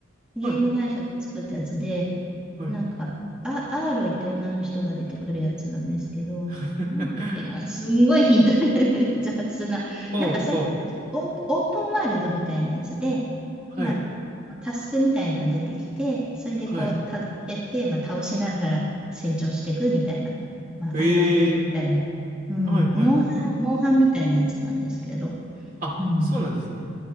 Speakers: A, in the centre; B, on the right.
A: ゲーム会社が作ったやつで、
B: はい。はい。
A: なんか、あ、アーロイって女の人が出てくるやつなんですけど、
B: <laughs>
A: なんだっけな、すんごいヒント <laughs> 雑な。
B: ほうほう。
A: なんかそれ、オー、オープンワールドみたいなやつで、
B: はい。
A: まあ、タスクみたいのが出てきて、それでこう、
B: はい。
A: たどってって、まあ、倒しながら成長していくみたいな、まあ、
B: ええ
A: あるあるみたいな。うん、
B: はいはい。
A: モンハン、モンハンみたいなやつなんですけど、
B: あ、
A: うん。
B: そうなんですね。